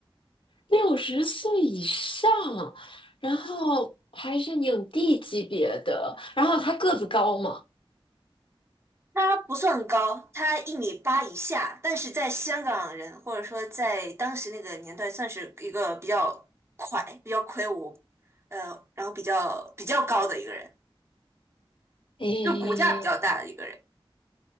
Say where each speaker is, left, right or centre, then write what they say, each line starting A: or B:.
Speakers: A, on the left (about 65°); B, on the right (about 25°).
A: 六十岁以上，然后还是影帝级别的，然后他个子高吗？
B: 他不算高，他一米八以下，但是在香港人或者说在当时那个年代，算是一个比较快、比较魁梧，呃，然后比较比较高的一个人。
A: 诶，
B: 就骨架比较大的一个人。